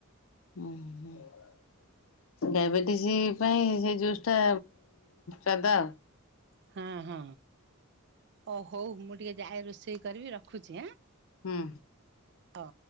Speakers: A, on the left (about 65°); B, on the right (about 50°).
A: ଉଁ ହୁଁ। ଡାଇବେଟିସ୍ ପାଇଁ ସେ ଜୁ୍ସଟା ସାଦା।
B: ହଁ ହଁ। ଓ ହଉ। ମୁଁ ଟିକଏ ଯାଏ ରୋଷେଇ କରିବି ରଖୁଛି ଆଁ।
A: ହୁଁ।
B: ହ।